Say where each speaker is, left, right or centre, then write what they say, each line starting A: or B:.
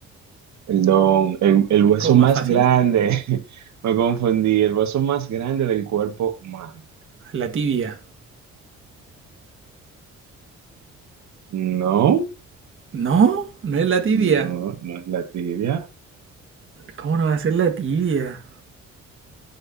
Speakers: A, on the right; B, on the right.
A: Perdón, el, el hueso
B: ¿Cómo
A: más
B: más fácil?
A: grande. <laughs> Me confundí. El hueso más grande del cuerpo humano.
B: La tibia.
A: No,
B: No, no es la tibia.
A: no, no es la tibia.
B: ¿Cómo no va a ser la tibia?